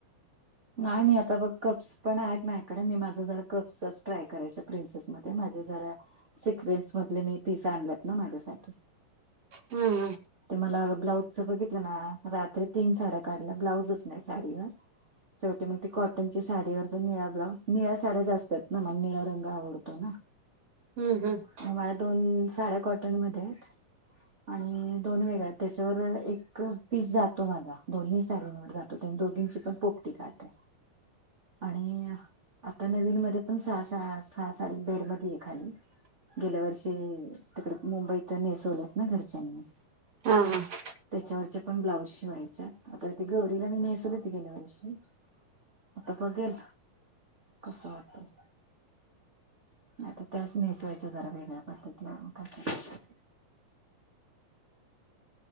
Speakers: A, on the right; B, on the right.
A: नाही, मी आता बघ, कप्स पण आहेत माझ्याकडे. मी माझं जरा कप्सच ट्राय करायच, प्रिन्सेसमध्ये माझे जरा सिक्वेन्स मधले मी पीस आणलेत ना माझ्यासाठी.
B: हम्म हम्म.
A: ते मला ब्लाउजचं बघितलं ना? रात्री तीन साड्या काढल्या, ब्लाउजच नाही साडीला. शेवटी मग ती कॉटनची साडीवरचा निळा ब्लाउज, निळ्या साड्या जास्त आहेत ना, मग निळ रंग आवडतो ना.
B: हम्म हम्म.
A: मग माझ्या दोन साड्या कॉटनमध्ये आहेत आणि दोन वेगळ्या, त्याच्यावर एक पीस जातो माझा, दोन्ही साड्यांवर जातो. त्या दोघींची पण पोपटी काठ आणि आता नवीनमध्ये पण सहा- सहा- सहा साडी <unintelligible> बेड मध्ये आहे एखादी. गेल्या वर्षी तिकडे मुंबईत नेसवल्यात ना घरच्यांनी.
B: हा हा
A: त्याच्यावरच्या पण ब्लाऊज शिवायच्या आता ते गौरीला नेसवलेत मी गेल्या वर्षी. आता बघेल कस होतय. आता त्याच नेसायच्या जरा वेगळ्या पद्धतीने मग काय? <inaudible>